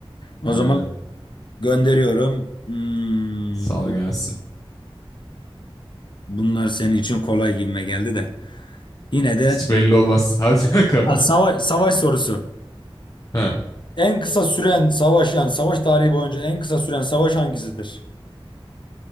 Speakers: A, on the left; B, on the left.
A: O
B: Aynen.
A: zaman gönderiyorum. Hmm,
B: Sağ ol
A: bu-
B: gelsin.
A: bunlar senin için kolay gibime geldi de. Yine de
B: Hiç belli olmaz. <laughs> Hadi bakalım.
A: Ha, savaş, savaş sorusu.
B: Ha.
A: En kısa süren savaş yani savaş tarihi boyunca en kısa süren savaş hangisidir?